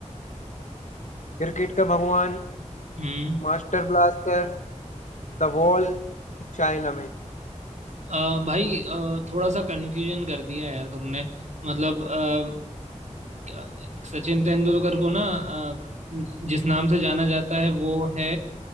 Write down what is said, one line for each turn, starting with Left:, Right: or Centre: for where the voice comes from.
Left: क्रिकेट का भगवान
Right: हम्म
Left: master blaster the wall chinaman
Right: अ, भाई अ, थोड़ा सा कंफ्यूजन कर दिया यार तुमने मतलब अ, क- सचिन तेंदुलकर को ना अ, जिस नाम से जाना जाता है वो है